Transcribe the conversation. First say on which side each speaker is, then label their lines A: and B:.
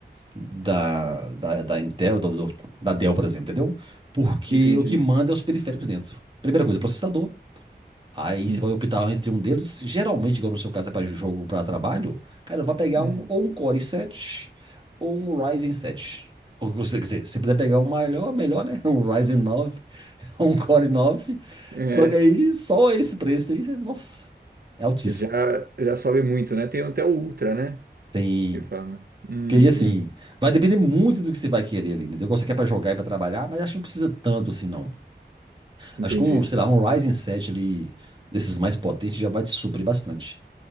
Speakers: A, on the right; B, on the right.
A: da, da, da Intel, do- do- da Dell, por exemplo, entendeu? Porque
B: Entendi.
A: o que manda é os periféricos dentro. Primeira coisa, processador. Aí
B: Sim.
A: você vai optar entre um deles. Geralmente, igual no seu caso é para jogo, para trabalho, cara, vai pegar
B: Hum.
A: um, ou um Core i7 ou um Ryzen 7. Ou, quer dizer, se puder pegar um melhor, melhor, né? <laughs> Um Ryzen 9 <laughs> um Core 9.
B: É,
A: Só que aí, só esse preço aí, você- nossa, é altíssimo.
B: já, já sobe muito, né? Tem até o Ultra, né?
A: Tem
B: Que fala. Uhum.
A: Porque aí, assim, vai depender muito do que você vai querer ali, entendeu? Qual você quer pra jogar e pra trabalhar, mas acho que não precisa tanto assim, não.
B: Entendi.
A: Acho que um, sei lá, um Ryzen 7 ali, desses mais potentes, já vai te suprir bastante.